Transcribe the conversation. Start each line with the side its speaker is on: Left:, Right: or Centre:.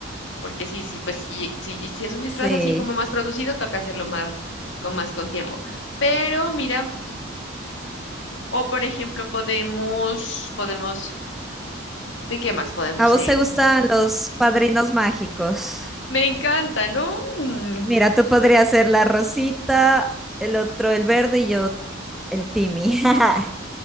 Left: Porque sí, sí, pues sí, sí, si es un disfraz
Centre: Sí.
Left: así como más producido, toca hacerlo más, con más con tiempo. Pero mira, o por ejemplo, podemos, podemos, ¿de qué más podemos
Centre: ¿A vos
Left: ser?
Centre: te gustan los padrinos mágicos?
Left: Me encanta, ¿no? Mm,
Centre: Mira, tú podrías ser la rosita, el otro el verde y yo el Timmy. <laughs>